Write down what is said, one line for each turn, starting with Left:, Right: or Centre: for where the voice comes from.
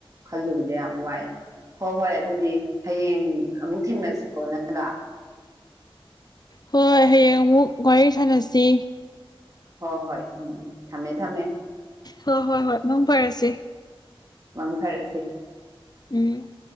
Right: ꯈꯜꯂꯨꯕꯗꯤ ꯌꯥꯝ ꯋꯥꯏꯦ ꯍꯣꯏ ꯍꯣꯏ ꯑꯗꯨꯗꯤ ꯍꯌꯦꯡ ꯑꯃꯨꯛ ꯊꯦꯡꯟꯅꯁꯤꯀꯣ ꯅꯪꯒꯥ
Left: ꯍꯣꯏ ꯍꯌꯦꯡ ꯑꯃꯨꯛ ꯋꯥꯔꯤ ꯁꯥꯟꯅꯁꯤ
Right: ꯍꯣ ꯍꯣꯏ ꯎꯝ ꯊꯝꯃꯦ ꯎꯝ ꯊꯝꯃꯦ
Left: ꯍꯣꯏ ꯍꯣꯏ ꯍꯣꯏ ꯅꯪ ꯐꯔꯁꯤ
Right: ꯋꯥꯝꯊꯔꯁꯦ
Left: ꯎꯝ